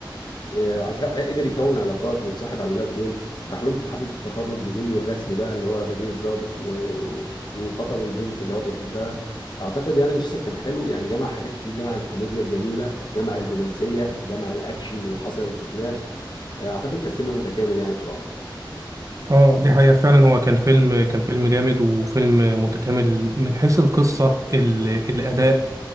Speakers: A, on the left; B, on the right.
A: آه، ك- قدر يكون علاقات ويتصاحب على الولاد دول راح لهم في حفلة التخرج بزيه الرسمي بقى اللي هو زي الضابط و- و- وخطب البنت اللي هو بيحبها اعتقد يعني المسلسل كان حلو يعني جمع حاجات كتير جمع الكوميديا الجميلة جمع الرومانسية جمع الاكشن اللي حصل اللي شفناه آه، اعتقد كان فيلم متكامل يعني بصراحة
B: اه دي حقيقة فعلا هو كان فيلم كان فيلم جامد وفيلم متكامل من حيث القصة ال... الأداء